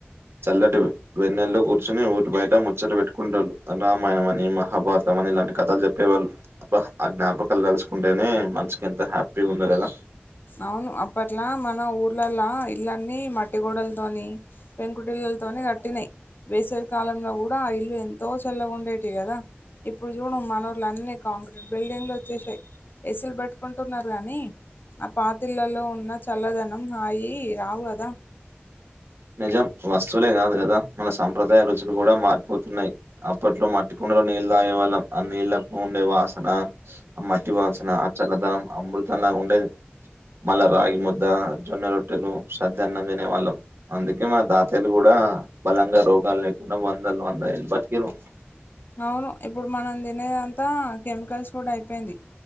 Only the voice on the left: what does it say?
అవును అప్పట్లా మన ఊర్లాలా ఇల్ల అన్నీ మట్టిగోడలతోని పెంకుటిలలతోని కట్టినాయి వేసవి కాలంగా కూడా ఇల్లు ఎంతో చల్లగా ఉండేటివి కదా ఇప్పుడు చూడు మనోళ్లు అన్ని కాంక్రీట్ బిల్డింగ్లు వచ్చేసాయి ఎసి లు పట్టుకుంటున్నారు గానీ ఆ పాతిళ్లలో ఉన్న చల్లదనం హాయ్ రావు కదా
అవును ఇప్పుడు మనం తినేదంతా కెమికల్స్ కూడా అయిపోయింది